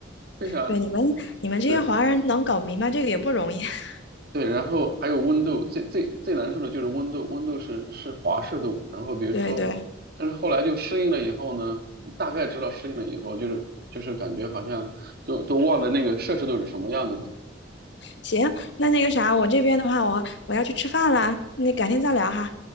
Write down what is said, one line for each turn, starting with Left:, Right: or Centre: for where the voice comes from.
Right: 非常
Left: 对，你们你们这些华人能搞明白这个也不容易。
Right: 对。
Left: <laughs>
Right: 对，然后还有温度，最最最难受的就是温度，温度是是华氏度。然后比如说，
Left: 对对，
Right: 但是后来就适应了以后呢，大概知道适应了以后，就是就是感觉好像都都忘了那个摄氏度是什么样子的。
Left: 行，那那个啥，我这边的话，我我要去吃饭啦，那改天再聊哈。